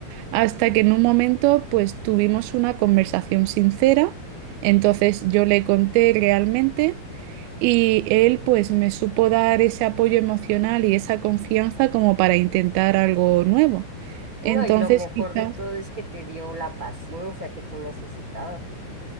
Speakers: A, on the right; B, on the right.
A: hasta que en un momento pues tuvimos una conversación sincera, entonces yo le conté realmente y él pues me supo dar ese apoyo emocional y esa confianza como para intentar algo nuevo. Entonces,
B: No, y lo mejor
A: quizá...
B: de todo es que te dio la paciencia que tú necesitabas.